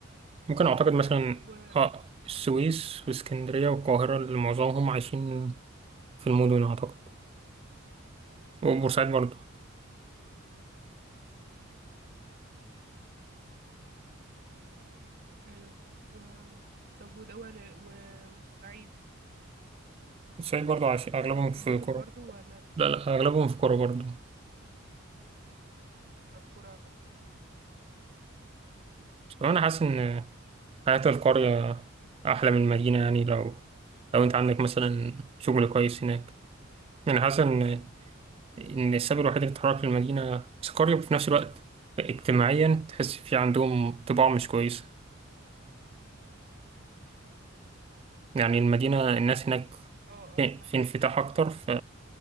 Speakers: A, on the right; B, on the right.
A: ممكن أعتقد مثلا
B: و
A: آه السويس واسكندرية والقاهرة اللي معظمهم عايشين في المدن أعتقد وبورسعيد برضو
B: ايوه و طب ودول و... والصعيد
A: بورسعيد برضو عايشين أغلبهم
B: بيب-
A: في
B: مدن
A: قرى
B: برضو ولا فيها
A: لا لا أغلبهم في قرى برضو
B: قرى
A: بس أنا حاسس إن حياة القرية أحلى من المدينة يعني لو لو أنت عندك مثلا شغل كويس هناك يعني حاسس إن ان السبب الوحيد اللي اتحرك في المدينه سكاريو وفي نفس الوقت اجتماعيا تحس في عندهم طباع مش كويسه يعني المدينه الناس هناك
B: اه اه
A: في
B: صح
A: في انفتاح اكتر ف